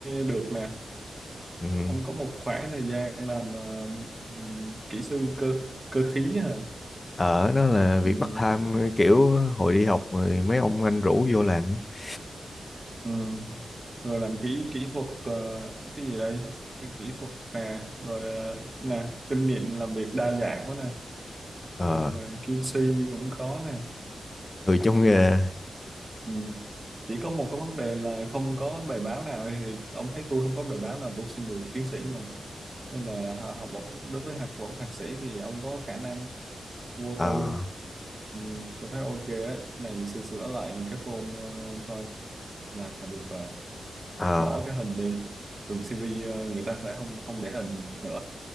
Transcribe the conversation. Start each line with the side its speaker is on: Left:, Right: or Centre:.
Right: được nè
Left: Ừ.
Right: ông có một khoảng thời gian làm ờ, ừm, kỹ sư cơ cơ khí hả
Left: Ở nó là việc
Right: ừ,
Left: part time kiểu hồi đi học rồi mấy ông anh rủ vô làm á.
Right: ừ. rồi làm kỹ kỹ thuật ờ, cái gì đây cái kỹ thuật nè rồi ờ, nè kinh nghiệm làm việc đa dạng quá nè
Left: Ờ,
Right: làm về QC cũng có nè
Left: người trong
Right: ừ,
Left: nghề
Right: ừ. chỉ có một cái vấn đề là không có bài báo nào thì ông thấy tôi không có bài báo nào tôi xin được tiến sĩ mà nên là họ- học bổng đối với học bổng thạc sĩ thì ông có khả năng vô
Left: ờ
Right: tư ừ, tôi thấy ok á này sửa sửa lại cái form ờ, thôi là được rồi
Left: ờ
Right: bỏ cái hình đi thường CV ờ, người ta sẽ không không để hình nữa